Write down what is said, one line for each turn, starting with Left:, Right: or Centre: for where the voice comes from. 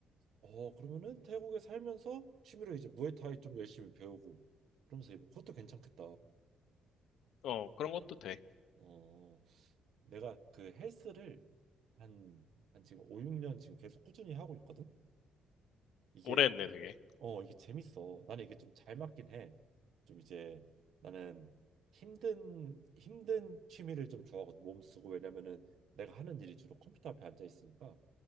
Right: 어, 그러면은 태국에 살면서 취미로 이제 무에타이 좀 열심히 배우고, 그러면서 이거 그것도 괜찮겠다.
Left: 어, 그런 것도 돼.
Right: 어, 내가 그 헬스를 한, 한 지금 5, 6년 지금 계속 꾸준히 하고 있거든? 이게
Left: 오래 했네, 되게.
Right: 어, 이게 재밌어. 나는 이게 좀 잘 맞긴 해. 좀 이제 나는 힘든 힘든 취미를 좀 좋아하거든. 몸 쓰고 왜냐면은 내가 하는 일이 주로 컴퓨터 앞에 앉아 있으니까